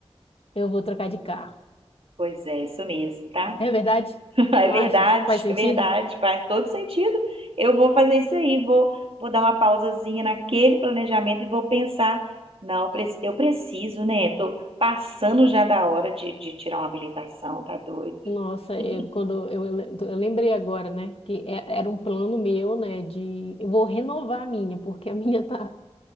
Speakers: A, on the left; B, on the right.
A: eu vou trocar de carro.
B: Pois é, isso mesmo, tá?
A: Não É verdade?
B: <laughs>
A: Tu
B: É
A: não
B: verdade,
A: acha? Faz sentido?
B: é verdade, faz todo sentido. Eu vou fazer isso aí, vou, vou dar uma pausazinha naquele planejamento e vou pensar. Não, eu preci- eu preciso, né? Tô passando já da hora de, de tirar uma habilitação, tá doido?
A: Nossa,
B: <laughs>
A: eu, quando eu, eu, eu lembrei agora, né, que é- era um plano meu, né, de eu vou renovar a minha, porque a minha tá